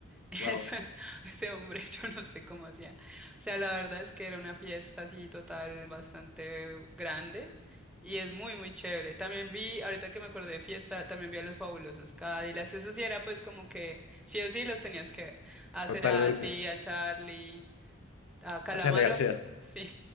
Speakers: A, in the centre; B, on the left.
A: <laughs>
B: Wow.
A: Eso- ese hombre, <laughs> yo no sé cómo hacía. O sea, la verdad es que era una fiesta así total bastante grande y es muy, muy chévere. También vi, ahorita que me acordé de fiesta, también vi a los Fabulosos Cadillacs. Eso sí era pues como que sí o sí los tenías que ver. A
B: Totalmente.
A: Cerati, a Charlie, a Calamaro.
B: A Charly García.
A: <laughs> Sí.